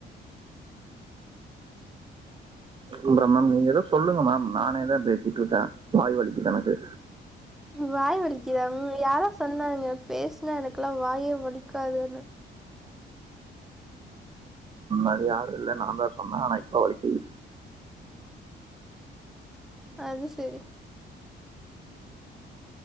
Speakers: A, on the right; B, in the centre.
A: சொல்றே மேம் நீங்க ஏதோ சொல்லுங்க மேம் நானேதா பேசிட்டுருக்கே வாய் வலிக்குது எனக்கு
B: வாய் வலிக்குதா யாரோ சொன்னாங்க பேஸ்னா எனக்கெல்லா வாயே வலிக்காதுன்னு
A: அது யாரு இல்ல நாந்தா சொன்னோ ஆனா இப்ப வலிக்குது
B: அது செரி